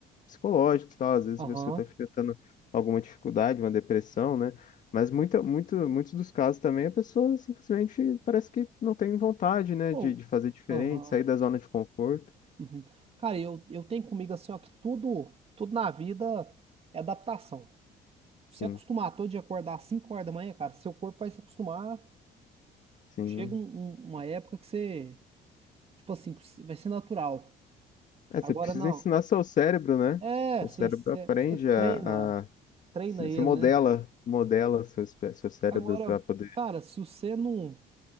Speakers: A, on the left (about 50°); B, on the right (about 35°).
A: psicológicos, e tal, às vezes
B: Aham.
A: a pessoa está enfrentando alguma dificuldade, uma depressão, né? Mas muita, muito, muitos dos casos também a pessoa simplesmente parece que não tem vontade, né,
B: Ou,
A: de, de fazer diferente,
B: aham.
A: sair da zona de conforto.
B: Uhum. Cara, eu, eu tenho comigo assim, ó, que tudo, tudo na vida é adaptação. Se
A: Sim,
B: você acostumar todo dia acordar às 5 horas da manhã, cara, seu corpo vai se acostumar.
A: sim.
B: Chega um- um- uma época que você, tipo assim, que você- vai ser natural.
A: É,
B: Agora
A: você precisa
B: não.
A: ensinar seu cérebro, né?
B: É,
A: O
B: você,
A: cérebro
B: você
A: aprende
B: você
A: a,
B: treina,
A: a
B: treina
A: se,
B: ele,
A: se modela,
B: né?
A: modela seu, espé- seu cérebro
B: Agora,
A: para poder.
B: cara, se você não.